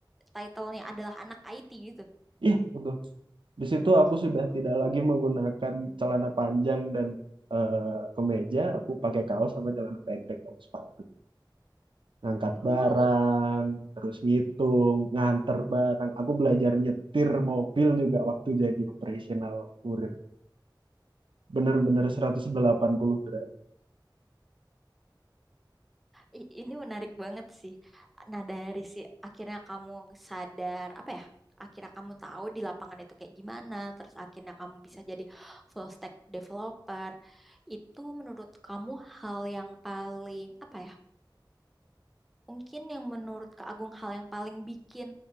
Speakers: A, in the centre; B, on the right.
A: title-nya adalah anak IT gitu.
B: ya, betul. Di situ
A: Oh,
B: aku sudah
A: oh,
B: tidak lagi menggunakan celana panjang dan eh, kemeja. Aku pakai kaos sama celana pendek sama sepatu. ngangkat
A: oh.
B: barang, terus ngitung, nganter barang. Aku belajar nyetir mobil juga waktu jadi operational kurir. Bener-bener 180 derajat.
A: I- Ini menarik banget sih. Nah, dari si akhirnya kamu sadar apa ya? Akhirnya kamu tahu di lapangan itu kayak gimana, terus akhirnya kamu bisa jadi full stack developer. Itu menurut kamu hal yang paling apa ya? Mungkin yang menurut Kak Agung hal yang paling bikin